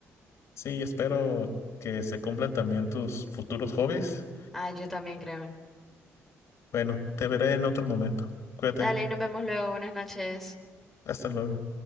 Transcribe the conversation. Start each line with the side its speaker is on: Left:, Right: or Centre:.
Left: Sí, espero que se cumplan también tus futuros hobbies.
Centre: Ah, yo también, créeme.
Left: Bueno, te veré en otro momento. Cuídate.
Centre: Dale, nos vemos luego. Buenas noches.
Left: Hasta luego.